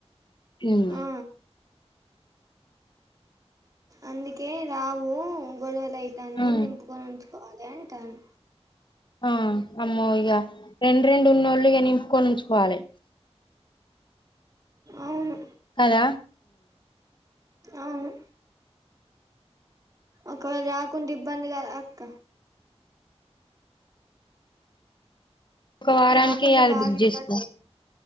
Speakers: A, on the left; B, on the right.
A: మ్మ్
B: ఆ అందుకే రావు <unintelligible> తయితన్నయి
A: ఉమ్
B: నింపుకొ <unintelligible> పోదంటాను
A: ఆ అమ్మో ఇగ రెండ రెండు ఉన్నోళ్ళగ నిం కొనించుకోవాలి
B: అవును
A: కదా
B: అవును ఒకవేళ రాకుంటే ఇబ్బంది కదా అక్క
A: ఒక వారానికి
B: రాకుంటే
A: అది
B: బాగా
A: బుక్
B: ఇబ్బంది
A: చేసుకో
B: అయితది